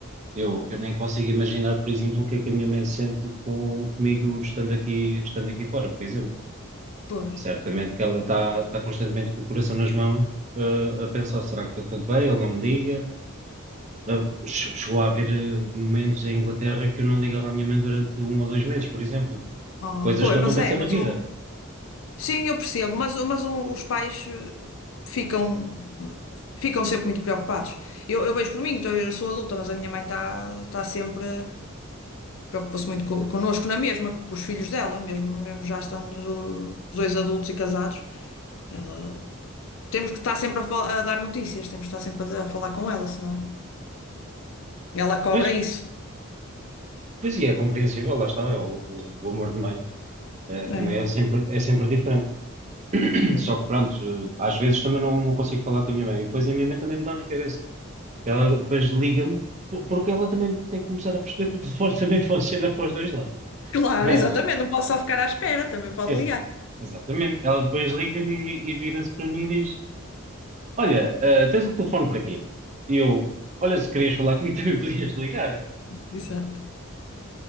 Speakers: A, on the right; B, on the left.
A: Eu, eu nem consigo imaginar, por exemplo, o que é que a minha mãe sente com, comigo estando aqui, estando aqui fora, por exemplo.
B: Pois.
A: Certamente que ela está está constantemente com o coração nas mãos, eh, a pensar, será que está tudo bem? Ele não me liga. Eh, che- chegou a haver eh, momentos em Inglaterra que eu não ligava à minha mãe durante um ou dois meses, por exemplo.
B: Ah,
A: Coisas
B: pois,
A: que acontecem
B: mas é, mas
A: na vida.
B: o, Sim, eu percebo, mas, mas um- os pais eh, ficam, ficam sempre muito preocupados. Eu, eu vejo por mim, então eu sou adulta, mas a minha mãe está tá tá sempre, preocupa-se muito co- connosco na mesma, com os filhos dela, mesmo, mesmo já estando os dois adultos e casados. Ela, temos que estar sempre a, fal- a dar notícias, temos que estar sempre a, a falar com ela, senão ela cobra
A: Mas,
B: isso.
A: pois e é compreensível, lá está, é o, o- o amor de mãe. eh, também
B: É,
A: é sempre, é sempre diferente. <clears throat>
B: mesmo.
A: Só que pronto, eh, às vezes também não, não consigo falar com a minha mãe. E depois a minha mãe também me dá na cabeça. Ela depois liga-me, po- porque ela também tem que começar a perceber que o telefone <laughs> também funciona para os dois lados.
B: Claro,
A: Mas,
B: exatamente, não posso só ficar à espera, também pode
A: ex-
B: ligar.
A: exatamente, ela depois liga-me e, e vira-se para mim e diz: Olha, ah, tens o telefone para quê? E eu, olha, se querias falar comigo <laughs> também podias ligar.
B: Exato.